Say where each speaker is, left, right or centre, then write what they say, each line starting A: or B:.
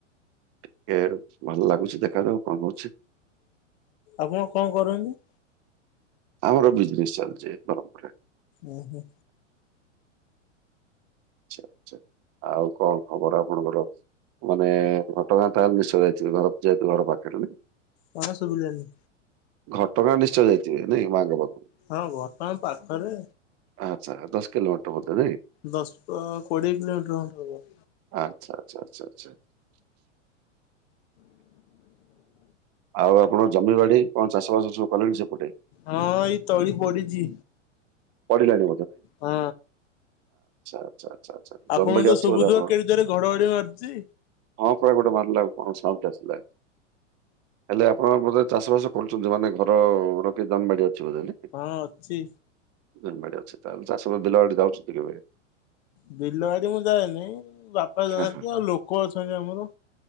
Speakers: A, on the right (about 40°); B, on the left (about 55°).
A: ଟିକେ <unintelligible> ଭଲ ଲାଗୁଚି ଦେଖାଯାଉ କଣ ହଉଚି।
B: ଆପଣ କଣ କରନ୍ତି?
A: ଆମର ବିଜନେସ୍ ଚାଲିଚି <unintelligible>
B: ଉଁ ହୁଁ।
A: ଆଚ୍ଛା-ଆଚ୍ଛା ଆଉ କଣ ଖବର ଆପଣଙ୍କର? ମାନେ ଘଟଗାଁ ତାହେଲେ ନିଶ୍ଚୟ ଯାଇଥିବେ ଘର ଯେହେତୁ ଘର ପାଖରେ ନା।
B: କଣ ଶୁବିଲାନି।
A: ଘଟଗାଁ ନିଶ୍ଚୟ ଯାଇଥିବେ ନାଇଁ ମାଙ୍କ ପାଖୁ।
B: ହଁ ବର୍ତ୍ତମାନ ପାଖରେ
A: ଆଚ୍ଛା ଦଶ କିଲୋମିଟର ବୋଧେ ନାଇଁ।
B: ଦଶ କୋଡିଏ କିଲୋମିଟର <unintelligible> ହବ।
A: ଆଚ୍ଛା-ଆଚ୍ଛା-ଆଚ୍ଛା। ଆଉ ଆପଣ ଜମି ବାଡି କଣ ଚାଷ ବାସ ସବୁ କଲଣି ସେପଟେ?
B: ହଁ ଏଇ ତଳି ପଡିଚି।
A: ପଡ଼ିଲାଣି।
B: ହଁ।
A: ଆଚ୍ଛା ଆଚ୍ଛା ଆଚ୍ଛା ଜମିବାଡି
B: ଆପଣଙ୍କୁ ତ
A: ଅଛି
B: ଶୁବୁଥିବ
A: ବୋଧେ ଆପଣଙ୍କର?
B: <unintelligible> ଜୋରେ ଘଡ ଘଡି ମାରୁଚି।
A: ହଁ ପରା ଗୋଟେ ମାରିଲା କଣ ସାଉଣ୍ଡ ଆସିଲା। ହେଲେ ଆପଣ ବୋଧେ ଚାଷ ବାସ କରୁଚନ୍ତି, ମାନେ ଘରର କି ଜମି ବାଡି ଅଛି ବୋଧେ।
B: ହଁ ଅଛି।
A: ଜମି ବାଡ଼ି ଅଛି ତାହଲେ, ଚାଷ ବିଲଆଡେ ଯାଉଚନ୍ତି କେବେ?
B: ବିଲ ବାଡି ମୁଁ ଯାଏନି, ବାପା ଯାଆନ୍ତି
A: ହଁ,
B: ଆଉ ଲୋକ ଅଛନ୍ତି ଆମର।